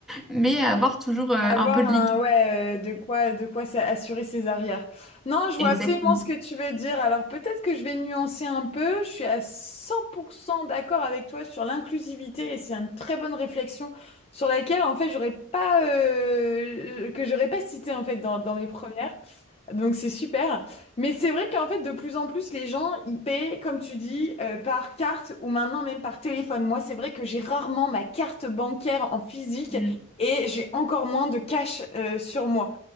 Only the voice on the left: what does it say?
Avoir
un,
ouais, euh, de quoi, de quoi ça- assurer ses arrières. Non, je vois
absolument ce que tu veux dire. Alors peut-être que je vais nuancer un peu. Je suis à 100% d'accord avec toi sur l'inclusivité et c'est une très bonne réflexion sur laquelle, en fait, j'aurais pas, euh, que j'aurais pas cité, en fait, dans, dans mes premières. Donc c'est super. Mais c'est vrai qu'en fait, de plus en plus, les gens, ils paient, comme tu dis, euh, par carte ou maintenant même par téléphone. Moi, c'est vrai que j'ai rarement ma carte bancaire en physique
et j'ai encore moins de cash euh, sur moi.